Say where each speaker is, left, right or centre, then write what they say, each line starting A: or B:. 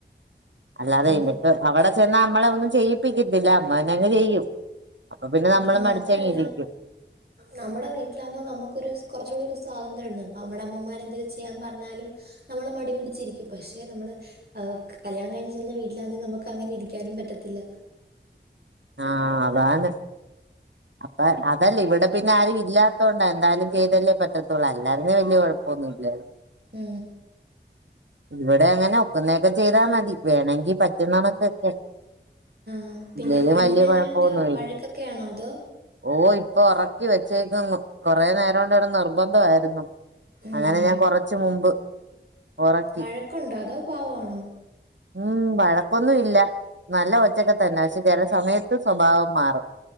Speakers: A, on the right (about 80°); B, on the right (about 60°).
A: അല്ലാതെ
B: അതെ.
A: എനിക്ക് അവിടെ ചെന്ന നമ്മളെ ഒന്നും ചെയ്യിപ്പിക്കത്തില്ല അമ്മോനങ്ങ് ചെയ്യും അപ്പൊ പിന്നെ
B: അത്
A: നമ്മള്
B: മാത്രല്ല
A: മടിച്ചണീപ്പിക്കും
B: നമ്മുടെ വീട്ടിലാകുമ്പോൾ നമുക്കൊരു കുറച്ചുകൂടി ഒരു സ്വാതന്ത്ര്യം ഉണ്ട് അപ്പോൾ നമ്മുടെ അമ്മമാരെ എന്തേലും ചെയ്യാൻ പറഞ്ഞാലും നമ്മള് മടി പിടിച്ചിരിക്കും പക്ഷെ നമ്മള് ആ കല്യാണം കഴിഞ്ഞ ചെന്ന വീട്ടിലാണങ്കിൽ നമുക്ക് അങ്ങനെ ഇരിക്കാനും പറ്റത്തില്ല
A: ആഹ് അതാണ് അപ്പൊ അതല്ലേ ഇവിടെ പിന്നെ ആരും ഇല്ലാത്തത്ണ്ടാ എന്തായാലും ചെയ്തല്ലേ പറ്റത്തുള്ളൂ അല്ലാരുന്നേ വല്യയ കുഴപ്പമൊന്നുല്ല
B: ഹാ
A: ഇവിടെ അങ്ങനെ ഒക്കുന്നേൊക്കെ ചെയ്താ മതി വേണമെങ്കി പറ്റുന്നണക്കൊക്കെ
B: ആ പിന്നെ
A: ഇല്ലേലും
B: കുഞ്ഞിന്
A: വലിയ
B: എങ്ങനെയുണ്ട്
A: കുഴപ്പമൊന്നുമില്ല
B: വഴക്കൊക്കൊണോ അതോ
A: ഓ ഇപ്പൊ ഒറക്കി വെച്ചേക്കുന്നു കൊറെേ നേരം കൊണ്ട് ഇവിടെ നിർബന്ധയിരുന്നു
B: ഉം.
A: അങ്ങനെ ഞാൻ കൊറച്ച് മുമ്പ് ഉറക്കി
B: വഴക്കുണ്ടോ അതോ പവാണോ
A: ഉം വഴക്കൊന്നും ഇല്ല നല്ല കൊച്ചക്കെ തന്നെ പക്ഷെ ചില സമയത്ത് സ്വഭാവം മാറും